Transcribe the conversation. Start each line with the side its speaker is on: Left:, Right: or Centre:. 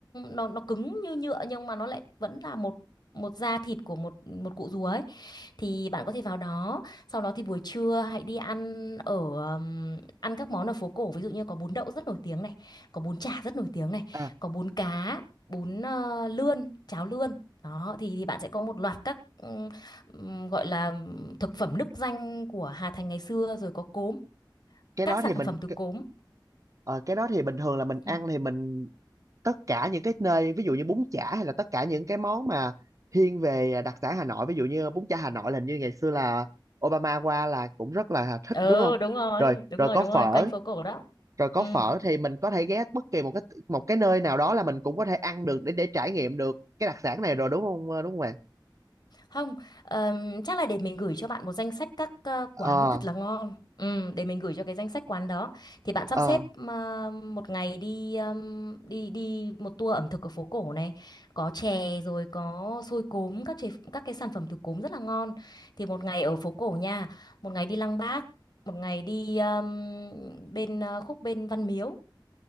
Left: nó nó cứng như nhựa nhưng mà nó lại vẫn là một một da thịt của một một cụ rùa ấy thì bạn có thể vào đó sau đó thì buổi trưa hãy đi ăn ở ừm, ăn các món ở phố cổ ví dụ như có bún đậu rất nổi tiếng này có bún chả rất nổi tiếng này
Right: à
Left: có bún cá bún ờ, lươn cháo lươn đó thì, thì bạn sẽ có một loạt các ừm, gọi là thực phẩm nức danh của Hà Thành ngày xưa rồi có cốm,
Right: cái
Left: các
Right: đó
Left: sản
Right: thì mình
Left: phẩm từ
Right: cái-
Left: cốm.
Right: ờ, cái đó thì bình thường là mình ăn
Left: Ừ.
Right: thì mình tất cả những cái nơi ví dụ như bún chả hay là tất cả những cái món mà thiên về đặc sản Hà Nội ví dụ như bún chả Hà Nội là hình như ngày xưa là Obama qua là cũng rất là thích
Left: ừ,
Right: đúng không
Left: đúng rồi,
Right: rồi
Left: đúng
Right: rồi
Left: rồi,
Right: có
Left: đúng
Right: phở
Left: rồi, quanh phố cổ đó.
Right: rồi có
Left: Ừ.
Right: phở thì mình có thể ghé bất kỳ một cái một cái nơi nào đó là mình cũng có thể ăn được để để trải nghiệm được cái đặc sản này rồi đúng không đúng không bạn
Left: Không, ờm, chắc là để mình gửi cho bạn một danh sách các ờ, quán
Right: ờ
Left: thật là ngon. Ừ, để mình gửi cho cái danh sách quán đó. Thì bạn sắp
Right: ờ
Left: xếp ờ, một ngày đi ờm, đi đi một tour ẩm thực ở phố cổ này, có chè rồi có xôi cốm các chế, các cái sản phẩm từ cốm rất là ngon. Thì một ngày ở phố cổ nha, một ngày đi Lăng Bác, một ngày đi ờm, bên ờ, khúc bên Văn Miếu.